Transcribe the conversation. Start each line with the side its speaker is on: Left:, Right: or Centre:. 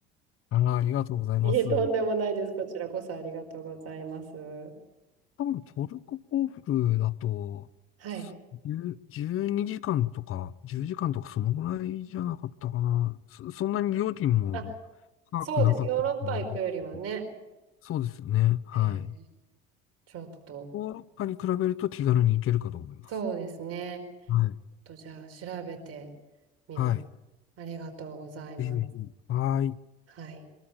Left: ああ、ありがとうございます。
Right: いえ、とんでもないです。こちらこそありがとうございます。は
Left: 多分トルコ航空だと、
Right: い。
Left: 10 12時間とか、10時間とかそのぐらいじゃなかったかな。そ、そんなに料金も
Right: あ、
Left: 高くなかったと思います。
Right: そうです。ヨーロッパ行くよりはね、
Left: そうですよね。はい。
Right: えーちょっと、
Left: ヨーロッパに比べると気軽に行けるかと思います。
Right: そうですね。
Left: はい。
Right: ちょっとじゃあ調べてみます。
Left: はい。
Right: ありがとうございます。
Left: ぜひぜひ。はい。
Right: はい。